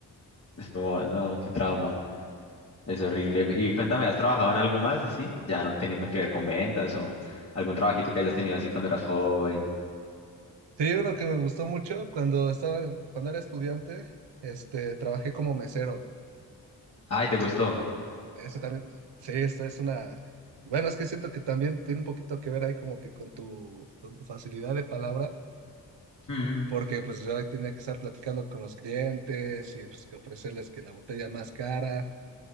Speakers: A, on the left; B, on the right.
A: Es como, no, qué trauma. Es horrible. Y cuéntame, ¿has trabajado en algo más así? Ya no teniendo que ver con ventas o algún trabajito que hayas tenido así cuando eras joven.
B: Sí, uno que me gustó mucho cuando estaba, en- cuando era estudiante, este, trabajé como mesero.
A: Ay, ¿te gustó?
B: Eso también, sí, esta es una. Bueno, es que siento que también tiene un poquito que ver ahí como que con tu, con tu facilidad de palabra,
A: Mm,
B: porque pues yo ahí tenía que estar platicando con los clientes y pues que ofrecerles que la botella más cara.